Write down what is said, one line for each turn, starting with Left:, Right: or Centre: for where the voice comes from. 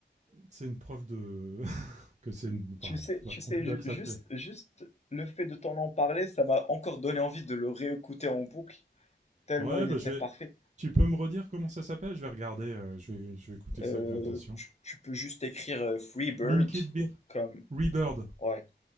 Right: c'est une preuve de <laughs> que c'est une, enfin,
Left: Tu sais, tu
Right: voilà,
Left: sais,
Right: en tout
Left: ju-
Right: cas que
Left: juste,
Right: ça te plaît.
Left: juste le fait de t'en en parler, ça m'a encore donné envie de le réécouter en boucle, tellement
Right: Ouais,
Left: il
Right: bah
Left: était
Right: je
Left: parfait.
Right: vais. Tu peux me redire comment ça s'appelle Je vais regarder. euh, je vais, je vais écouter
Left: Euh,
Right: ça avec attention.
Left: tu, tu peux juste écrire euh, Free Bird
Right: Linked Beer,
Left: comme...
Right: Rebird,
Left: Ouais.